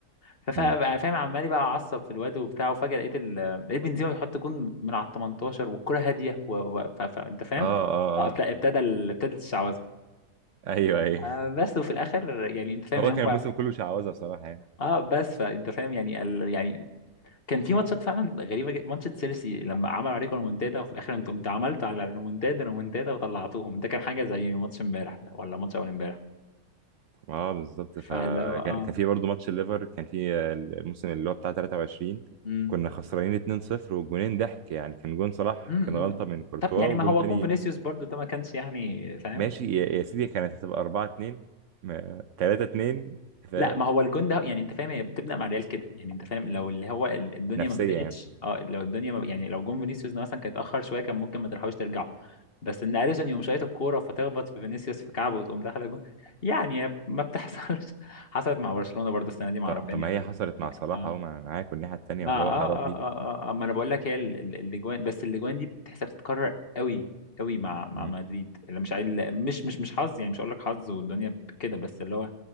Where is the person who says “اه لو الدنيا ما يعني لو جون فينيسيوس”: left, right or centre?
Left